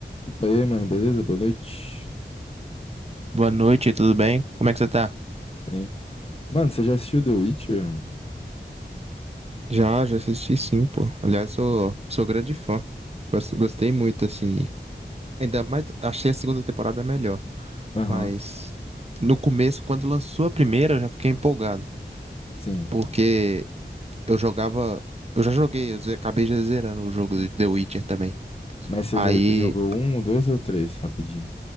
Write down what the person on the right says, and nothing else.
Boa noite, tudo bem? Como é que você tá?
Já, já assisti sim, pô. Aliás, sou, sou grande fã. Gos- Gostei muito, assim. Ainda mais, achei a segunda temporada melhor.
Mas no começo, quando lançou a primeira, eu já fiquei empolgado.
Porque eu jogava. Eu já joguei, eu ze- acabei já zerando o jogo de The Witcher também.
Aí.